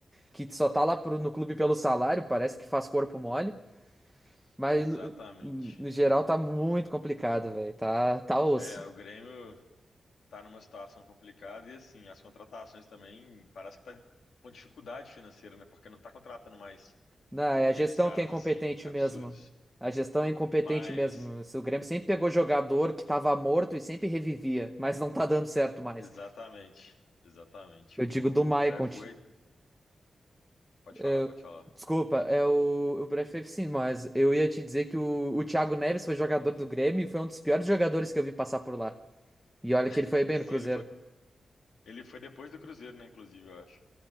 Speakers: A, in the centre; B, on the left.
A: que só tá lá pro- no clube pelo salário, parece que faz corpo mole. Mas
B: exatamente.
A: no, no geral tá muito complicado, velho. Tá, tá osso.
B: É, o Grêmio tá numa situação complicada e assim, as contratações também parece que tá com dificuldade financeira, né? Porque não tá contratando mais
A: Não, é
B: aqueles
A: a gestão
B: caras
A: que é incompetente
B: assim absurdos.
A: mesmo. A gestão é incompetente
B: Mas
A: mesmo. O Grêmio sempre pegou jogador que tava morto e sempre revivia, mas não tá dando certo mais.
B: exatamente, exatamente.
A: Eu
B: O
A: digo do Maicon.
B: Braithwaite,
A: t-
B: pode
A: é,
B: falar, pode falar.
A: desculpa, é o, o prefiro sim, mas eu ia te dizer que o, o Thiago Neves foi jogador do Grêmio e foi um dos piores jogadores que eu vi passar por lá. E olha que
B: <laughs>
A: ele foi bem
B: Assim,
A: no Cruzeiro.
B: ele foi Ele foi depois do Cruzeiro, né, inclusive, eu acho.